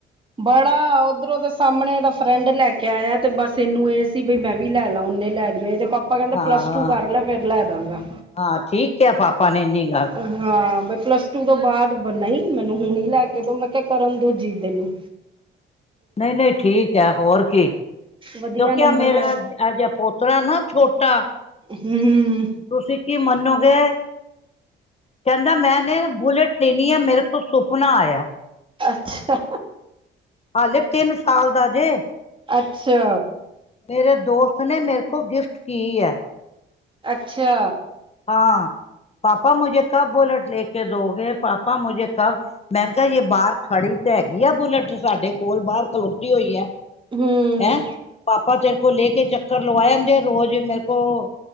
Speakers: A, on the right; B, on the left.
A: ਬੜਾ ਓਧਰੋਂ ਦਾ ਸਾਮਨੇ ਏਦਾ ਫਰੈਂਡ ਲੈ ਕੇ ਆਯੈ ਤੇ ਬਾੱਸ ਐਨੂੰ ਏ ਸੀ ਬਈ ਮੈਂ ਵੀ ਲੈ ਲਾ, ਓਨੇ ਲੈ ਲੀ ਐ, ਐਦੇ ਪਾ ਪਾਪਾ ਕੈਂਦੇ
B: ਹਾਂ
A: ਪਲੱਸ ਟੂ ਕਾਰ ਲੈ ਫੇਰ ਲੈ ਦਾਂਗਾ।
B: ਹਾਂ ਠੀਕ ਕਿਹਾ ਪਾਪਾ ਨੇ ਇੰਨੀ ਗੱਲ
A: ਹਾਂ, ਬਈ ਪਲੱਸ ਟੂ ਤੋ ਬਾਦ ਬ ਨਈ, ਮੈਨੂੰ ਹੁਨ ਈ ਲੈ ਕੇ ਦੋ ਮੈਂ ਕੇਆ ਕਰਨ ਦੋ ਜਿੱਦ ਐਨੂੰ।
B: ਨਈ-ਨਈ ਠੀਕ ਐ, ਹੋਰ ਕੀ
A: ਵਧੀਆ
B: ਕਯੋਕਿ
A: ਨੰਬਰ
B: ਐ ਮੇਰੇ
A: ਲੈ
B: ਨਾਲ ਐ ਜੇਆ ਪੋਤਰੈ ਨਾ ਛੋਟਾ
A: ਹੂੰ।
B: ਤੁਸੀ ਕੀ ਮੰਨੋਗੇ ਕੈਂਦਾ ਮੈਂਨੇ ਬੁਲਟ ਲੇਨੀ ਐ, ਮੇਰੇ ਕੋ ਸੁਪਨਾ ਆਏਐ।
A: ਅੱਛਾ।
B: ਹਾਲੇ ਤਿੰਨ ਸਾਲ ਦਾ ਜੇ।
A: ਅੱਛਾ।
B: ਮੇਰੇ ਦੋਸਤ ਨੇ ਮੇਰੇ ਕੋ ਗਿਫਟ ਕੀ ਹੈ।
A: ਅੱਛਾ।
B: ਹਾਂ ਪਾਪਾ ਮੁਝੇ ਕਬ ਬੁਲੇਟ ਲੈ ਕੇ ਦੋਗੇ, ਪਾਪਾ ਮੁਝੇ ਕਬ ਮੈਂ ਕਿਹਾ ਜੇ ਬਾਹਰ ਖੜੀ ਤਾਂ ਹੈਗੀ ਆ ਬੁਲੇਟ, ਸਾਡੇ ਕੋਲ ਬਾਹਰ ਖਲੋਤੀ ਹੋਈ ਹੈ।
A: ਹੂੰ
B: ਹੈਂ। ਪਾਪਾ ਤੇਰੇ ਕੋ ਲੈ ਕੇ ਚੱਕਰ ਲਵਾ ਆਦੇ ਆ ਰੋਜ਼, ਮੇਰੇ ਕੋਲ ਅ